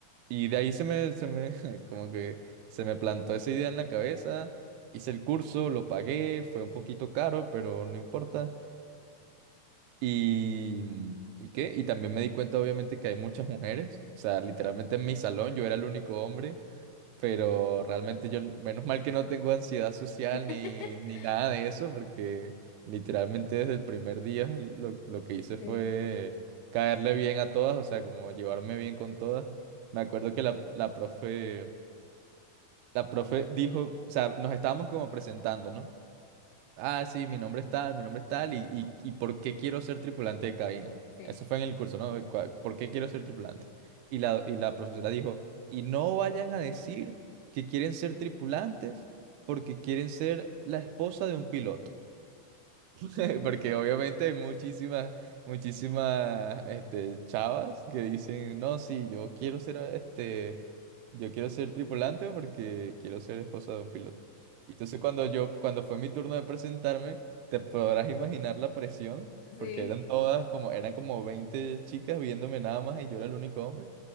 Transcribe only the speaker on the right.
Y de ahí se me, se me, <laughs> como que se me plantó esa idea en la cabeza. Hice el curso, lo pagué, fue un poquito caro, pero no importa. Y, mm, ¿y qué? Y también me di cuenta, obviamente, que hay muchas mujeres. O sea, literalmente en mi salón yo era el único hombre. Pero realmente yo, menos mal que no tengo ansiedad social
ni, ni nada de eso, porque literalmente desde el primer día lo, lo que hice
fue caerle bien a todas, o sea, como llevarme bien con todas. Me acuerdo que la, la profe, la profe dijo, o sea, nos estábamos como presentando, ¿no? Ah, sí, mi nombre es tal, mi nombre es tal, y, y, y por qué quiero ser tripulante de cabina.
Eso fue en el curso, ¿no? Cua- ¿Por qué quiero ser tripulante? Y la, y la profesora dijo, y no vayan a decir que quieren ser tripulantes porque quieren ser la esposa de un piloto. <laughs> Porque obviamente hay muchísimas, muchísimas, este, chavas que dicen, no, sí, yo quiero ser, este, yo quiero ser tripulante porque quiero ser esposa de un piloto. Y entonces cuando yo, cuando fue mi turno de presentarme, te podrás imaginar la presión, porque
eran todas como, eran como 20 chicas viéndome nada más y yo era el único hombre.